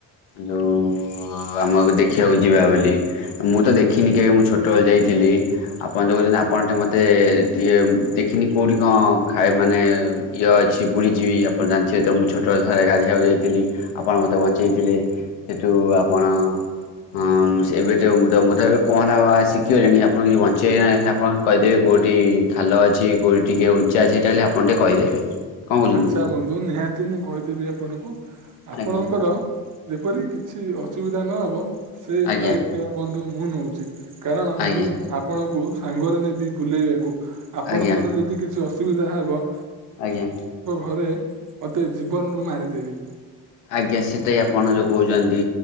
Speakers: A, on the left; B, on the right.
A: ଯୋଉ ଆମ ଦେଖିବାକୁ ଯିବା ବୋଲି ମୁଁ ତ ଦେଖିନି କେବେ ମୁଁ ଛୋଟବେଳେ ଯାଇଥି ଥିଲି ଆପଣ ଯଉ କହୁଛନ୍ତି ଆପଣ ଟେ ମୋତେ ଦିଏ ଦେଖିନି କଉଠି କ ଖାଏ ମାନେ। ୟ ଅଛି ବୁରି ଯିବି ଆପଣ ଜାଣିଥିବେ ତ ମୁଁ ଛୋ ଟ୍ରୋଲ ଥରେ ଗାଧେଇଆକୁ ଯାଇଥିଲି ଆପଣ ମୋତେ ବଞ୍ଚେଇଥିଲେ ସେଠୁ ଆପଣ। ହଁ ମୁଁ ସେ ଏବେ ତ ମୁଁ ତ ମୁଁ ତ ଏବେ ପହଁରା ଶିଖିଗଲିଣି ଆପଣ <unintelligible> ବଞ୍ଚେଇ ନା ଆପଣ କହିଦେବି ଗୁ କୋଉଠି ଖାଲ ଅଛି କୋଉଠି ଟିକେ ଉଞ୍ଚା ଅଛି ସେଟା ଖାଲି ଆପଣ ଟିକେ କହିଦେବେ। କଣ କହୁଛନ୍ତି
B: ଆଚ୍ଛା ବନ୍ଧୁ ନିହାତି ମୁଁ କହିଦେବି ଆପଣକୁ। ଆପଣଙ୍କର
A: ଆଜ୍ଞା
B: ଯେପରି କିଛି ଅସୁବିଧା ନ ହବ। ସେ
A: ଆଜ୍ଞା
B: ଦାୟିତ୍ଵ ବନ୍ଧୁ ମୁଁ ନଉଚି କାରଣ
A: ଆଜ୍ଞା
B: ମୁଁ ଆପଣକୁ। ସାଙ୍ଗରେ ନେବି ବୁଲେଇବାକୁ ଆପଣଙ୍କର
A: ଆଜ୍ଞା
B: ଯଦି କିଛି ଅସୁବିଧା ହେବ।
A: ଆଜ୍ଞା।
B: ଘରେ ମତେ ଜୀବନରୁୁ ମାରିଦେବି।
A: ଆଜ୍ଞା ସେଟା ଇ ଆପଣ ଯୋଉ କହୁଛନ୍ତି